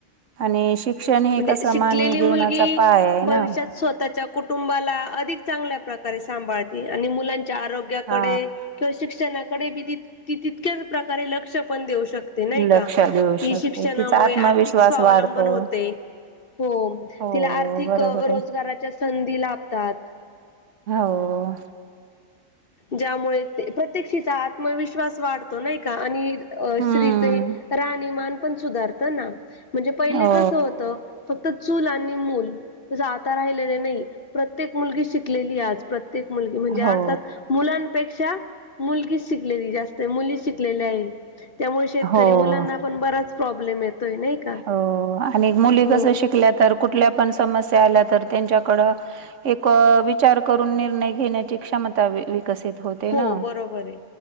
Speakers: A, on the right; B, on the left.
A: आणि शिक्षण हे
B: म्हणजे
A: कसं
B: शिकलेली
A: मानवी जीवनाचा
B: मुलगी
A: पाया आहे
B: भविष्यात
A: ना
B: स्वतःच्या कुटुंबाला अधिक चांगल्या प्रकारे सांभाळती आणि मुलांच्या आरोग्य
A: हा
B: कडे किंवा शिक्षणाकडे तितक्याच प्रकारे लक्ष पण देऊ शक नाही
A: लक्ष
B: का
A: देऊ
B: ती
A: शकते
B: शिक्षणामुळे
A: तिचा आत्मविश्वास
B: आर्थिक स्वावलंबन
A: वाढतो
B: होते हो
A: हो
B: तिला आर्थिक
A: बरोबर आहे
B: रोजगाराच्या संधी लाभतात
A: हो..
B: ज्यामुळे ते प्रत्येक क्षेत्रात. आत्मविश्वास वाढतो नाही का, आणि अ
A: हम्म
B: स्त्रीच राहणीमान पण सुधारत ना. म्हणजे पहिले
A: हो
B: कसं होतं फक्त चूल आणि मूल. तस आता राहिलेले नाही, प्रत्येक मुलगी शिकलेली आज, प्रत्येक मुलगी म्हणजे,
A: हो
B: अर्थात मुल मुलांपेक्षा, मुलगी शिकलेली, जास्त मुली शिकलेल्या आहे. त्यामुळे शेतकरी
A: हो
B: मुलांना पण बराच प्रॉब्लेम येतोय नाही का?
A: हो आणि मुली
B: हो
A: कस शिकल्या तर, कुठल्या पण समस्या आल्या तर त्यांच्याकडं एक अ विचार करून निर्णय घेण्याची क्षमता वि- विकसित होते
B: हो
A: ना.
B: बरोबर आहे